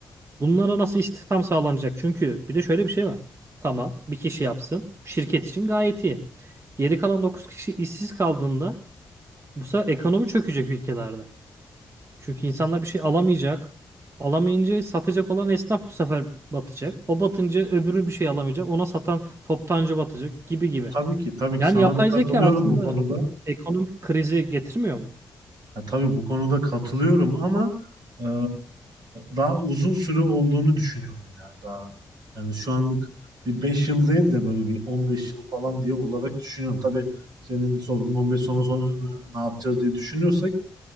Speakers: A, on the right (about 40°); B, on the right (about 75°).
A: Bunlara nasıl istihdam sağlanacak? Çünkü bir de şöyle bir şey var. Tamam, bir kişi yapsın. Şirket için gayet iyi. Geri kalan 9 kişi işsiz kaldığında bu sefer ekonomi çökecek ülkelerde. Çünkü insanlar bir şey alamayacak. Alamayınca satacak olan esnaf bu sefer batacak. O batınca öbürü bir şey alamayacak. Ona satan toptancı batacak gibi gibi.
B: Tabii ki, tabii
A: Yani
B: ki sana
A: yapay
B: da katılıyorum
A: zeka aslında
B: bu konuda.
A: ekonomik krizi getirmiyor mu?
B: Ya tabii bu konuda katılıyorum ama eee, daha uzun süre olduğunu düşünüyorum ya daha. Yani şu anlık bir 5 yıl değil de böyle bir 15 yıl falan diye olarak düşünüyorum. Tabii senin sorduğun 15 sene sonra ne yapacağız diye düşünüyorsak